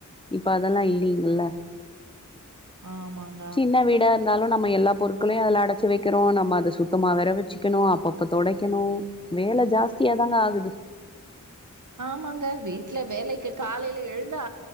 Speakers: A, on the left; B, on the right.
A: இப்ப அதெல்லா இல்லீங்கல்ல
B: ஆமாங்
A: சின்ன வீடா இருந்தாலு நம்ம எல்லாப் பொருட்களையு அதல அடைச்சு வக்கிறோ நம்ம அத சுத்தமா வேற வச்சுக்கணு அப்பப்ப தொடைக்கணு வேல ஜாஸ் தியா தாங்க ஆகுது
B: ஆமாங்க வீட்டுல வேலைக்கு காலேல எழுந்தா